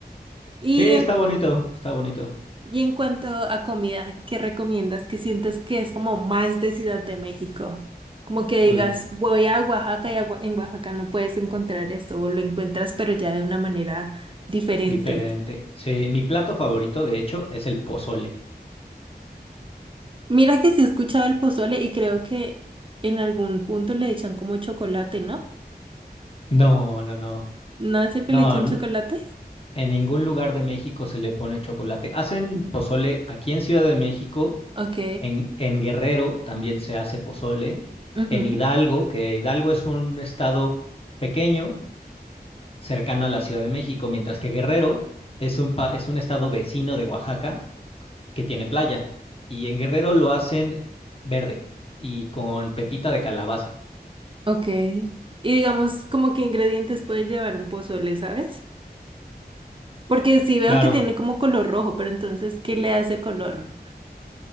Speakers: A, on the right (about 30°); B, on the left (about 35°).
A: ¿Y
B: Sí, está
A: en,
B: bonito, está bonito.
A: Y en cuanto a comida, ¿qué recomiendas? ¿Qué sientes que es como más de Ciudad de México? Como que digas,
B: Pues
A: voy a Oaxaca y a Oa- en Oaxaca no puedes encontrar esto, o lo encuentras, pero ya de una manera diferente.
B: diferente. Sí, mi plato favorito, de hecho, es el pozole.
A: Mira que sí he escuchado el pozole y creo que en algún punto le echan como chocolate, ¿no?
B: No, no, no.
A: ¿No es el que
B: No,
A: le echan
B: n-
A: chocolate?
B: en ningún lugar de México se le pone chocolate. Hacen pozole aquí en Ciudad de México
A: Ok,
B: En, en Guerrero también se hace pozole.
A: ujú,
B: En Hidalgo, que Hidalgo es un estado pequeño, cercano a la Ciudad de México, mientras que Guerrero es un, pa- es un estado vecino de Oaxaca que tiene playa. Y en Guerrero lo hacen verde y con pepita de calabaza.
A: ok. Y digamos, como que ingredientes puede llevar un pozole, ¿sabes? Porque sí veo
B: Claro,
A: que tiene como color rojo, pero entonces, ¿qué le hace color?